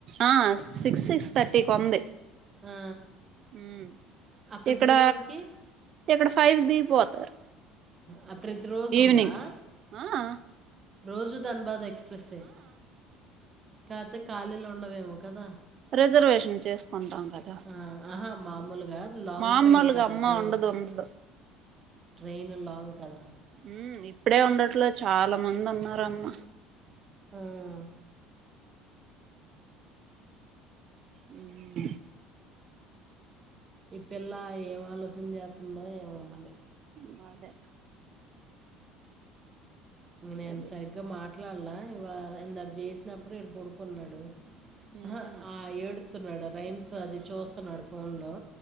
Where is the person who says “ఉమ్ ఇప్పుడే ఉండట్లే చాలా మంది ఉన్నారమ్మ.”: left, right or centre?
Right